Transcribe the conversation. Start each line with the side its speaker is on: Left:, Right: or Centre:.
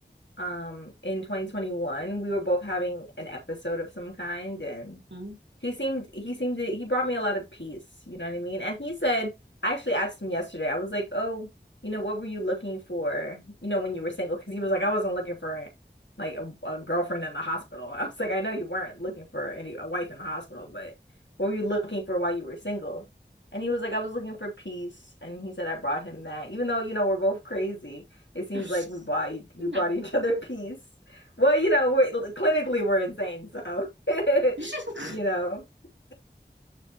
Left: um in 2021. We were both having an episode of some kind, and
Right: Hmm?
Left: He seemed he seemed to, he brought me a lot of peace, you know what I mean? And he said, I actually asked him yesterday. I was like, "Oh, you know, what were you looking for, you know, when you were single?" Because he was like, "I wasn't looking for like a, a girlfriend in the hospital." <laughs> I was like, "I know you weren't looking for any a wife in the hospital, but what were you looking for while you were single?" And he was like, "I was looking for peace." And he said, "I brought him that. Even though, you know, we're both crazy, it seems
Right: <laughs>
Left: like we bought e- we
Right: No.
Left: brought each
Right: <laughs>
Left: other <laughs> peace." Well, you know, we're clinically we're insane, so <laughs>
Right: That
Left: you know. <laughs>